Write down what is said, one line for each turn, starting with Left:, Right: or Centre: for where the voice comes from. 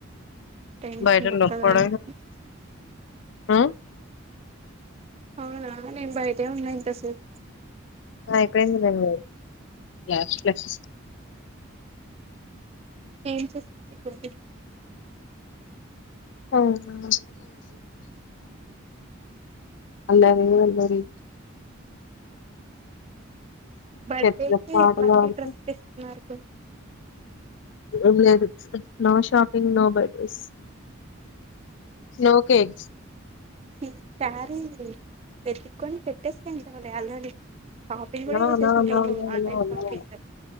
Right: ట్రైన్
Left: బయిట
Right: నేను ఒక్కదాన్ని
Left: లోపడ <unintelligible>
Right: అవునా నేను బయటే ఉన్నా ఇంతసేపు
Left: అయిపోయింది లేవో లాస్ట్ ప్లేసెస్
Right: ఏం చేస్తుందిఫుడ్డు
Left: <unintelligible> అల్లరే అల్లరి
Right: బర్డే
Left: చర్చిలో
Right: కి
Left: పాటలు
Right: ఇట్లాంటి
Left: పాడుతూ
Right: డ్రెస్ తీస్తున్నారు కొన్ని
Left: ఏం లేదు no shopping no birthdays no cakes
Right: ఈ సారీ వెతుక్కొని పెట్టేసింటవ్ లే ఆల్రెడీ షాపింగ్ కూడా
Left: నో
Right: చేసేసింటావు
Left: నో no no
Right: online
Left: no
Right: shopping
Left: no